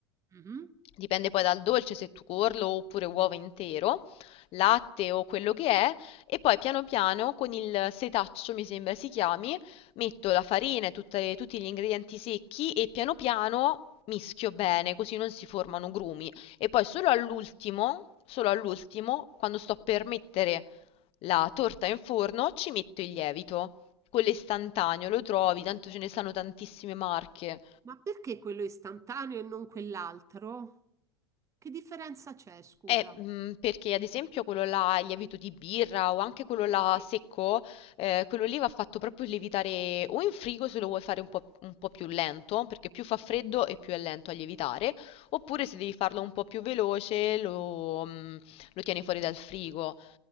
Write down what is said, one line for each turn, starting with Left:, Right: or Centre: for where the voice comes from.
Right: mhm.
Left: Dipende poi dal dolce, se tu tuorlo oppure uovo intero, latte o quello che è, e poi piano piano con il setaccio, mi sembra si chiami, metto la farina e tutte- tutti gli ingredienti secchi e piano piano mischio bene, così non si formano grumi. E poi solo all'ultimo, solo all'ultimo, quando sto per mettere la torta in forno, ci metto il lievito. Quello istantaneo, lo trovi, tanto ce ne stanno tantissime marche.
Right: Ma perché quello è istantaneo e non quell'altro? Che differenza c'è, scusa?
Left: Eh, mh, perché ad esempio quello là, il lievito di birra o anche quello là
Right: Sì,
Left: secco, eh, quello lì va fatto proprio lievitare o in frigo se lo vuoi fare un po', un po' più lento, perché più fa freddo e più è lento a lievitare, oppure
Right: Ok.
Left: se devi farlo un po' più veloce lo, mh, lo tieni fuori dal frigo.